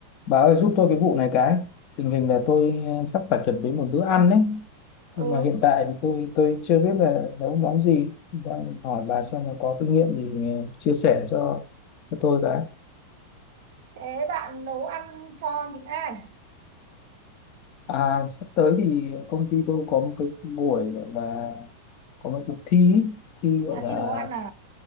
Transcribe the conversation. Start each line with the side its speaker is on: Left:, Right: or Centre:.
Left: Bà ơi giúp tôi cái vụ này cái tình hình là tôi ờ, sắp phải chuẩn bị một bữa ăn đấy nhưng
Right: ừ
Left: mà hiện tại thì tôi tôi chưa biết là nấu món gì đang hỏi bà xem là có kinh nghiệm thì ờ, chia sẻ cho, cho tôi cái
Right: thế bạn nấu ăn cho những ai
Left: à sắp tới thì công ty tôi có một cái buổi gọi là có một cuộc thi ý. thi gọi
Right: à
Left: là
Right: thì nấu ăn à